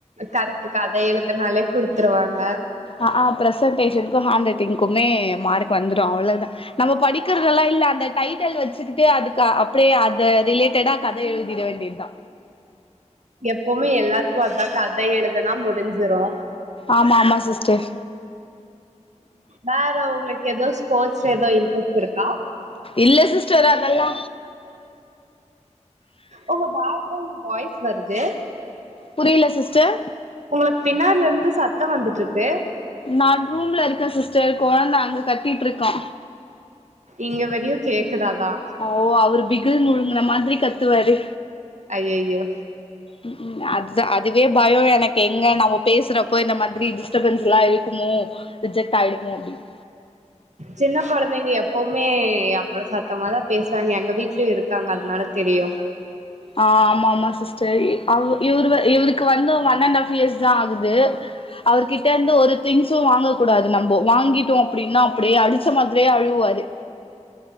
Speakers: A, on the right; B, on the left.
A: கரெக்ட் கதை எழுதனாலே குடுத்துருவாங்க
B: ஆ ஆ பிரசன்டேஷனுக்கு ஹேண்ட் ரைட்டிங்க்குமே மார்க் வந்துடும் அவ்ளதா நம்ம படிக்கிறதெல்லா இல்ல அந்த டைட்டல் வச்சிக்கிடே அதுக்கு அப்டியே அது ரிலேட்டடா கதை எழுதிட வேண்டியது தா
A: எப்போவுமே எல்லாத்துக்கு அதா கதை எழுதனா முடிஞ்சிரு
B: ஆமா ஆமா சிஸ்டர்
A: வேற உங்களுக்கு ஏதோ ஸ்போர்ட்ஸ்ல ஏதோ இன்ட்ரெஸ்ட் இருக்கா
B: இல்ல சிஸ்டர் அதெல்லா
A: உங்க பேக்ரவுண்ட் வாய்ஸ் வருது
B: புரியல சிஸ்டர்
A: உங்களுக்கு பின்னாடில இருந்து சத்தம் வந்துட்டு இருக்கு
B: நா ரூம்ல இருக்க சிஸ்டர் கொழந்த அங்க கத்திட்டு இருக்கா
A: இங்க வருயு கேக்குறதா
B: ஓ அவரு பிகில் முழுங்க மாதிரி கத்துவாரு
A: ஐயையோ
B: உம் அது அதுவே பயோ எனக்கு எங்க நம்ம பேசுறப்போ இந்த மாதிரி டிஸ்டர்பன்ஸ் எல்லா இருக்குமோ ரிஜெக்ட் ஆயிருமோ அப்டினு
A: சின்ன குழந்தைங்க எப்போவுமே அவ்வள சத்தமாதா பேசுறாங்க எங்க வீட்லயு இருக்காங்க அதனால தெரியு
B: ஆ ஆமா ஆமா சிஸ்டர் இவரு இவருக்கு வந்து ஒன் அண்ட் ஹாஃப் இயர்ஸ் தா ஆகுது அவர்கிட்ட இருந்து ஒரு திங்ஸும் வாங்க கூடாது நம்போ வாங்கிட்டோ அப்டின்னா அப்டியே அடிச்ச மாதிரியே அழுவாரு